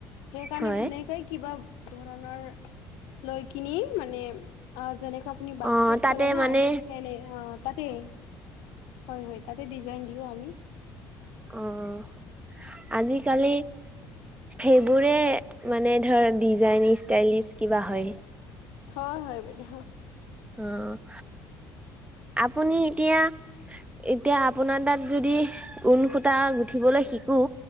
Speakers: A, on the left; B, on the right.
A: সেইকাৰণে
B: হয়
A: সেনেকাই কিবা ধৰণৰ লৈ কিনি মানে আ যেনেকা আপুনি বাস্কেট
B: অ তাতে
A: ক'ৰে না
B: মানে
A: সেনে অ' তাতেই। হয় হয় তাতে ডিজাইন দিওঁ আমি।
B: অ' আজিকালি সেইবোৰে মানে ধৰ ডিজাইন ষ্টাইলিছ কিবা হয়।
A: হয় হয় বাইদেউ।
B: অ' আপুনি এতিয়া এতিয়া আপোনাৰ তাত যদি ঊণসূতা গুঠিবলৈ শিকো